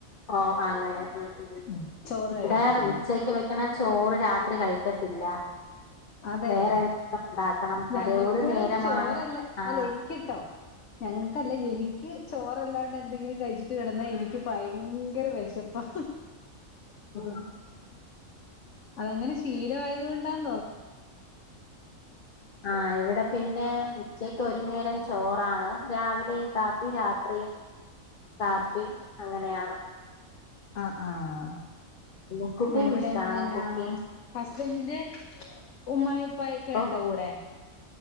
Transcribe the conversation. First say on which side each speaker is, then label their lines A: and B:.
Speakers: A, on the left (about 40°); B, on the left (about 65°).
A: ഓ അങ്ങനെ ഉം ഉം
B: മ് ചോറ്
A: ഇവിടെ
B: കഴിക്കത്തില്ല
A: ഉച്ചക്ക് വെക്കണ ചോറ് രാത്രി കഴിക്കത്തില്ല
B: അതെ
A: വേറെ എന്തെങ്കിലും ഉണ്ടാക്കണം
B: ഞങ്ങക്ക്
A: അതെ ഒരു നേരമാണ്
B: ചോറല്ല
A: ആഹ്
B: അല്ല എനിക്കിട്ടോ ഞങ്ങക്കല്ല എനിക്ക് ചോറ്- അല്ലാണ്ട് എന്തെങ്കിലും കഴിച്ചിട്ട് കെടന്നാ എനിക്ക് ഭയങ്കര വെശപ്പാ
A: മ്
B: അതങ്ങനെ ശീലവായത്കൊണ്ടാന്ന് തോ
A: ആഹ് ഇവിടെ പിന്നെ ഉച്ചയ്ക്ക് ഒരു നേരം ചോറാണ് രാവിലെയും കാപ്പി രാത്രിയും കാപ്പി അങ്ങനെയാണ്
B: ആഹ് ആഹ്
A: പിന്നെ കുക്കിംഗ്
B: എവടെ
A: ഇഷ്ടാണോ
B: എന്നാ
A: കുക്കിംഗ്
B: ഹസ്ബന്റിന്റെ ഉമ്മായും ഉപ്പയൊക്കെണ്ടോ
A: അപ്പൊ
B: കൂടെ